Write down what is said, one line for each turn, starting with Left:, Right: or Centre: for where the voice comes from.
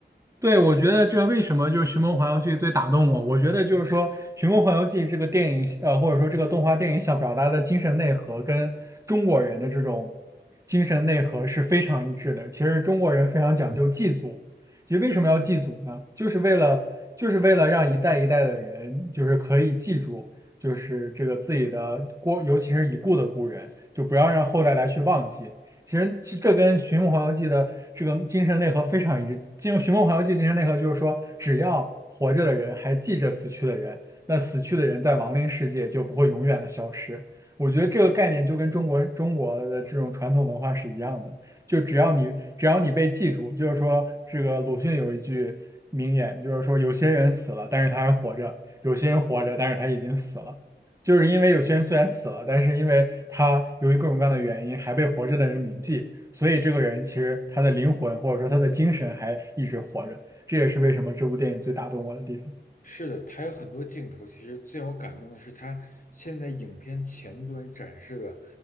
Right: 对，我觉得这为什么就是《寻梦环游记》最打动我？我觉得就是说，《寻梦环游记》这个电影，呃，或者说这个动画电影想表达的精神内核，跟中国人的这种精神内核是非常一致的。其实中国人非常讲究祭祖，其实为什么要祭祖呢？就是为了就是为了让一代一代的人，就是可以记住，就是这个自己的过，尤其是已故的故人，就不要让后代来去忘记。其实这这跟《寻梦环游记》的这个精神内核非常一致。进入《寻梦环游记》精神内核就是说，只要活着的人还记着死去的人，那死去的人在亡灵世界就不会永远的消失。我觉得这个概念就跟中国中国的这种传统文化是一样的，就只要你只要你被记住，就是说这个鲁迅有一句名言，就是说有些人死了，但是他还活着；有些人活着，但是他已经死了。就是因为有些人虽然死了，但是因为他由于各种各样的原因还被活着的人铭记，所以这个人其实他的灵魂或者说他的精神还一直活着。这也是为什么这部电影最打动我的地方。
Left: 是的，他有很多镜头。其实最让我感动的是，他现在影片前端展示的